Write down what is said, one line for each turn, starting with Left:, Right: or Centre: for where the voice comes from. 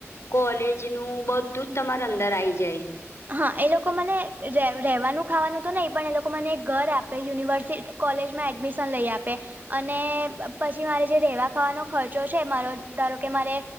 Left: કોલેજ નું બધું જ તમારા અંદર આઈ જાય.
Right: હા એ લોકો મને રેહ રહેવાનું ખાવાનું તો નહી પણ એ લોકો મને ઘર આપે યુનિવર્સિ કોલેજમાં એડમિશન લઈ આપે. અને પછી મારે જે રેવા ખાવાનો ખર્ચો છે મારો ધારો કે મારે